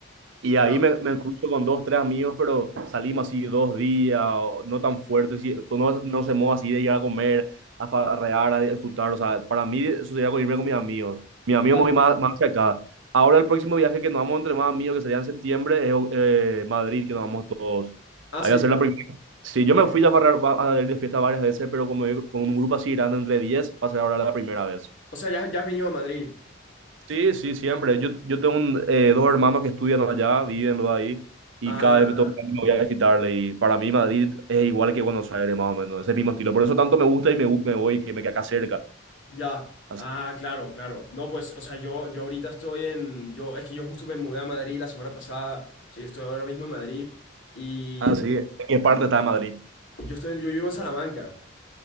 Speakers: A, on the right (about 70°); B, on the left (about 65°).
A: Y
B: Ya,
A: ahí me, me cruzo con dos, tres amigos, pero salimos así dos días, o no tan fuertes, y to- no, no se mueve así de ir a comer, a farrear, a disfrutar. O sea, para mí eso sería con irme con mis amigos. Mis amigos
B: ya.
A: me voy más, más hacia acá. Ahora el próximo viaje que nos vamos entre más amigos, que sería en septiembre, es eh, Madrid, que nos vamos todos.
B: Ah,
A: Ahí
B: sí.
A: va a ser la primera. Sí, yo me fui a farrear, a ir de fiesta varias veces, pero como digo, con un grupo así grande entre 10 va a ser ahora la primera vez.
B: O sea, ya, ya has venido a Madrid.
A: Sí, sí, siempre. Yo, yo tengo un, eh, dos hermanos que estudian allá, viven los ahí, y
B: Ah,
A: cada vez me toca me voy a visitarle. Y para mí Madrid es igual que Buenos Aires, más o menos, ese mismo estilo. Por eso tanto me gusta y me, gu- me voy, que me queda acá cerca.
B: ya.
A: Así.
B: Ah, claro, claro. No, pues, o sea, yo, yo ahorita estoy en, yo, es que yo justo me mudé a Madrid la semana pasada. O sea, yo estoy ahora mismo en Madrid y
A: Ah, sí. ¿En qué parte está Madrid?
B: yo estoy, yo vivo en Salamanca.